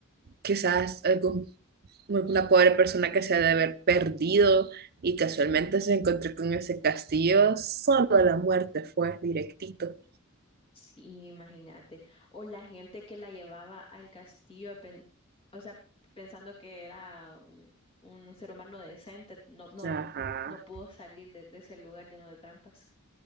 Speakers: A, on the right; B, on the left.
A: quizás algún una pobre persona que se ha de haber perdido y casualmente se encontró con ese castillo, solo la muerte fue directito.
B: Sí, imagínate. O la gente que la llevaba al castillo, pen- o sea, pensando que era un, un ser humano decente, no, no,
A: Ajá,
B: no pudo salir de, de ese lugar lleno de trampas.